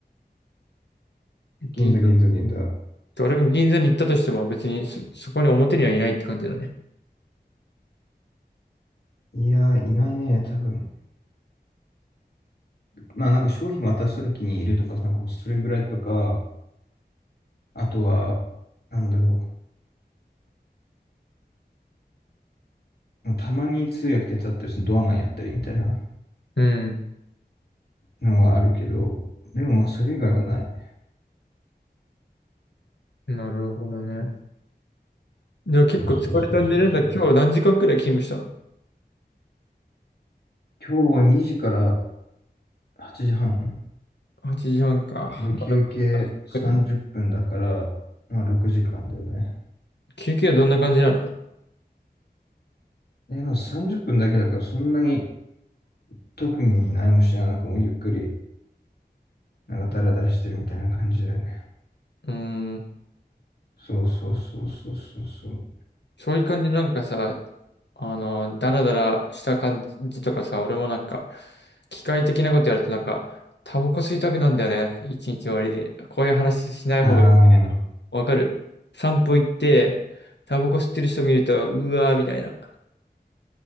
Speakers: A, on the left; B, on the left.
A: 銀座銀座銀座。
B: 銀座。俺が銀座に行ったとしても別にそ、そこに表にはいないって感じだね。
A: いやー、いないね、多分。まあなんか商品渡すときにいるとか、なんかもうそれぐらいとか、あとは、なんだろう。たまに通訳手伝ったりするドアマンやったりみたいな。
B: うん。
A: のはあるけど、でもそれ以外はないね。
B: なるほどね。じゃあ結構疲れたんじゃねえんだ。
A: そうそうそうそうそう。
B: 今日何時間くらい勤務した
A: 今日は2時から8時半
B: の ?8 時半か。
A: で休憩30分だから、
B: まあ、6時間くらい。
A: まあ6時間だよね。
B: 休憩はどんな感じなの
A: で、でも30分だけだからそんなに特に何もしない、なんかもうゆっくり、なんかダラダラしてるみたいな感じだよね。
B: うーん、
A: そうそうそうそうそうそう。
B: そういう感じなんかさ、あの、ダラダラした感じとかさ、俺もなんか、機械的なことやるとなんか、タバコ吸いたくなんだよね。一日終わりで。こういう話しない方がいい。
A: ああ、
B: わかる散歩行って、タバコ吸ってる人見ると、うわーみたいな。